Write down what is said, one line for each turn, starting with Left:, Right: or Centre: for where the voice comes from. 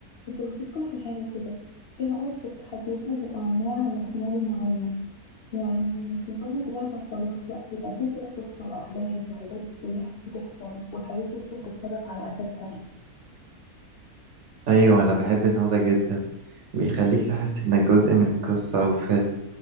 Left: كنت بفكر في حاجة كده ايه رأيك في التحديات اللي تبقى مبنية على سيناريو معين يعني مش مجرد لعبة وخلاص لأ بيبقى فيه كده قصة وأحداث وحاجات بيح- بتحصل والحاجات دي لازم تتصرف على أساسها
Right: ايوه انا بحب النوع ده جدا بيخليك تحس انك جزء من قصة او فيلم